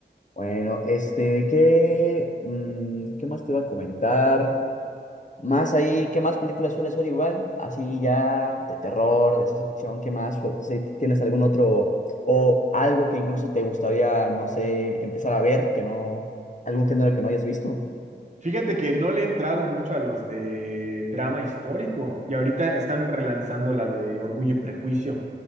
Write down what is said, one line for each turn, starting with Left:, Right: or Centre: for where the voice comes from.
Left: Bueno, este, ¿qué, Mm, qué más te iba a comentar? Más ahí, ¿qué más películas sueles ver igual? Así ya de terror, de ciencia ficción, ¿qué más? O sea, ¿tienes algún otro o algo que incluso te gustaría, no sé, empezar a ver que no, algún género que no hayas visto?
Right: Fíjate que no le he entrado mucho a los de drama histórico y ahorita están relanzando la de Orgullo y Prejuicio,